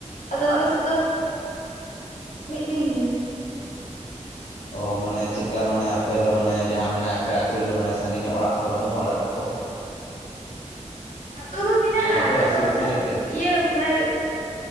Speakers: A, on the left; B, on the left.
A: ᱟᱫᱚ ᱟᱞᱮ ᱥᱮᱫ ᱫᱚ, ᱢᱤᱫ ᱫᱤᱱ ᱜᱮ ᱾
B: ᱚ ᱢᱟᱱᱮ ᱪᱮᱜᱠᱟ ᱢᱟᱱᱮ ᱟᱯᱮ ᱫᱚ ᱢᱟᱱᱮ ᱡᱟᱦᱟᱸ ᱢᱟᱱᱮ ᱟᱯᱮ ᱟᱛᱩ ᱨᱮᱫᱚ ᱢᱟᱱᱮ ᱥᱟᱺᱜᱤ ᱧᱚᱜ ᱚᱲᱟᱜ ᱠᱚᱫᱚ ᱵᱟᱹᱱᱩᱜᱼᱟ ᱚᱲᱟᱜ ᱟᱛᱩ ᱠᱚ?
A: ᱟᱛᱳ ᱫᱚ ᱢᱮᱱᱟᱜᱼᱟ᱾
B: ᱢᱟᱱᱮ ᱵᱟᱯᱮ ᱨᱟᱹᱥᱤ
A: ᱟᱫᱚ
B: ᱵᱟᱹᱥᱤ
A: ᱚᱱᱟ
B: ᱧᱚᱜ ᱜᱮᱭᱟ
A: ᱤᱭᱟᱹ ᱢᱟᱱᱮ